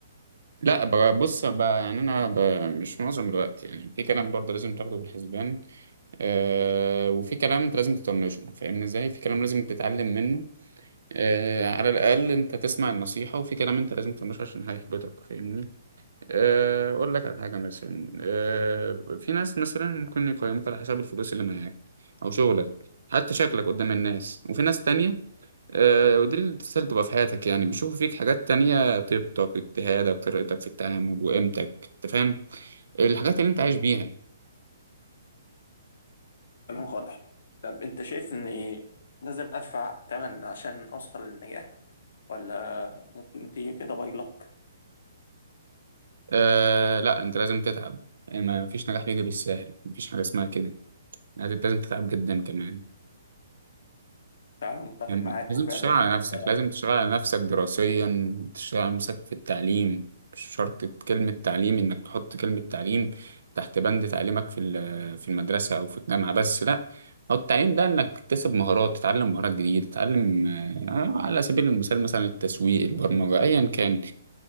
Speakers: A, on the right; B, on the left.
A: لا ب- بص ب- يعني انا ب- مش معظم الوقت يعني في كلام برضه لازم تاخده بالحسبان آه وفي كلام انت لازم تطنشه فاهمني ازاي في كلام لازم تتعلم منه آه على الاقل انت تسمع النصيحه وفي كلام انت لازم تطنشه عشان هيحبطك فاهمني آه اقول لك على حاجه مثلا آه في ناس مثلا ممكن يقيموك على حسب الفلوس اللي معاك او شغلك حتى شكلك قدام الناس وفي ناس تانية آه، ودي التسهيل تبقى في حياتك يعني بيشوفوا فيك حاجات تانية طيبتك اجتهادك طريقتك في التعامل وقيمتك انت فاهم الحاجات اللي انت عايش بيها
B: كلامك واضح طب انت شايف اني لازم ادفع تمن عشان اوصل للنجاح ولا ممكن تيجي كده باي لك
A: أه لا انت لازم تتعب يعني ما فيش نجاح بيجي بالسهل مفيش حاجة اسمها كده يعني لازم تتعب جدا كمان
B: فعلا متفق
A: يعني
B: معاك
A: لازم
B: وفعلا
A: تشتغل على
B: انت
A: نفسك لازم تشتغل على نفسك دراسيا تشتغل على نفسك في التعليم مش شرط كلمة تعليم إنك تحط كلمة تعليم تحت بند تعليمك في ال- في المدرسة أو في الجامعة بس لأ هو التعليم ده إنك تكتسب مهارات تتعلم مهارات جديدة تتعلم آه، على سبيل المثال مثلا التسويق البرمجة أيا كان